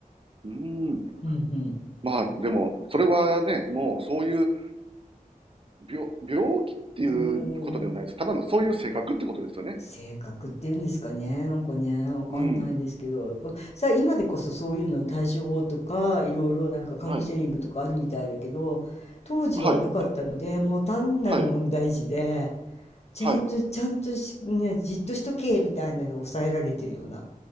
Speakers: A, on the right (about 40°); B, on the left (about 50°).
A: ーん。
B: うん、
A: まあ、でも、それはね、もうそういう病、病気っていうことではないです。
B: うん。うー
A: ただのそういう性格ってことですよね。
B: 性格っていうんですかね、なんかね、わかんないですけど、
A: うん。
B: こさあ、今でこそそういうのの対処法とか、いろいろなんかカウンセリングとかあるみたいだけど、
A: はい、
B: 当時はなかったので、
A: はい、
B: もう単なる問題児で、
A: はい、
B: ちゃんと、
A: はい、
B: ちゃんとし、ね、じっとしとけ、みたいなので抑えられてるような、